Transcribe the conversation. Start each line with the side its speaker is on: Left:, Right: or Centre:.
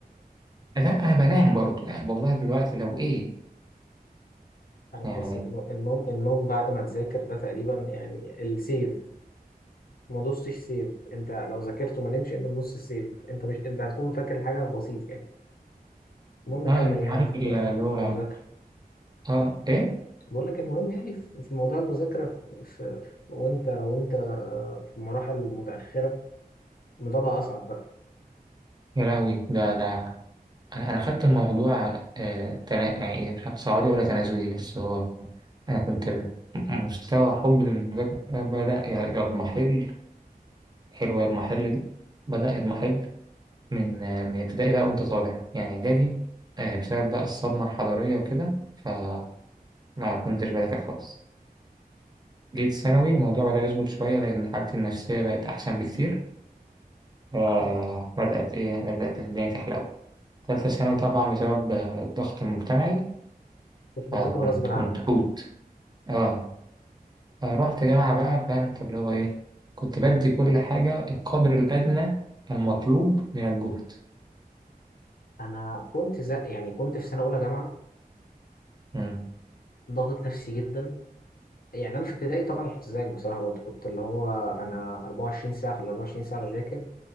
Right: لا انا بنام برضو يعني والله دلوقتي لو ايه
Left: انا بحس
Right: يعني
Left: ان النوم النوم بعد ما تذاكر ده تقريبا يعني السيف ما دوستش سيف انت لو ذاكرت وما نمشي انت بنص السيف انت مش انت هتكون فاكر الحاجه بسيط يعني المهم
Right: اه
Left: كمل
Right: انت
Left: يعني
Right: عارف
Left: في
Right: ال- اللي هو
Left: في المذاكره
Right: اه ايه
Left: بقول لك المهم يعني في في موضوع المذاكره في في- وانت وانت آه، في مراحل متاخره الموضوع بقى اصعب بقى
Right: يا لهوي ده ده انا أنا خدت الموضوع آه تنا... يعني مش عارف صعودي ولا تنازلي بس هو انا كنت مستوى حبي للمذاكرة بدأ يضمحل حلوة المحل دي بدأ يضمحل لك من من ابتدائي بقى وأنت طالع يعني إعدادي آه، بسبب بقى الصدمة الحضارية وكده فما كنتش بذاكر خالص جيت ثانوي الموضوع بدأ يظبط شوية لأن حالتي النفسية بقت أحسن بكتير فبدأت إيه بدأت الدنيا تحلو تالتة ثانوي طبعا بسبب آه، الضغط المجتمعي
Left: كنت بتذاكر
Right: فكنت
Left: غصب
Right: كنت
Left: عنك
Right: حوت آه آه، رحت جامعة بقى فاهم أنت اللي هو إيه كنت بدي كل حاجة القدر الأدنى المطلوب من الجهد
Left: انا كنت زق يعني كنت في سنه اولى جامعه
Right: مم.
Left: ضاغط نفسي جدا يعني انا في ابتدائي طبعا كنت زيك بصراحه برضه كنت اللي هو انا 24 ساعه في ال 24 ساعه بذاكر